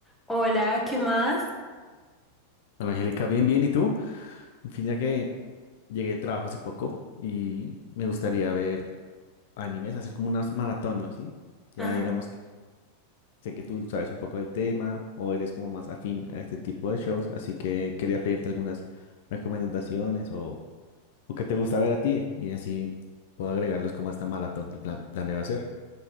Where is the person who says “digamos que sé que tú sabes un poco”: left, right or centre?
Left